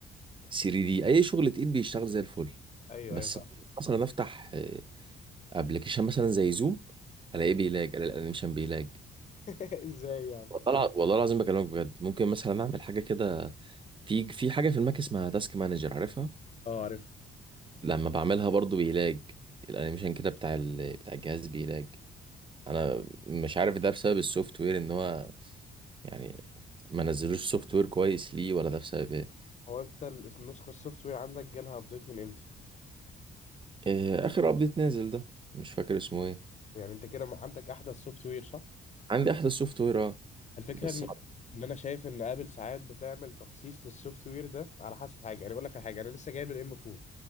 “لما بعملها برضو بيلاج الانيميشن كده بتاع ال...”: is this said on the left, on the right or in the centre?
Right